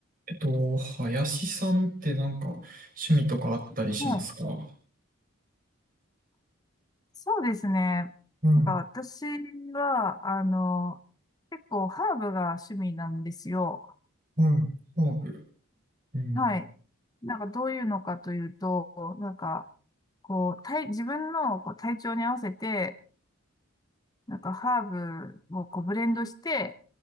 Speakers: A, on the right; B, on the left.
A: えっと、林さんってなんか趣味とかあったりしますかは
B: はい。そうですね。
A: い、
B: なんか私は、あの、結構ハーブが趣味なんですよ。
A: はい、ハーブ。うん、
B: はい。なんかどういうのかというと、なんか、こう、体、自分のこう体調に合わせて、なんかハーブをこうブレンドして、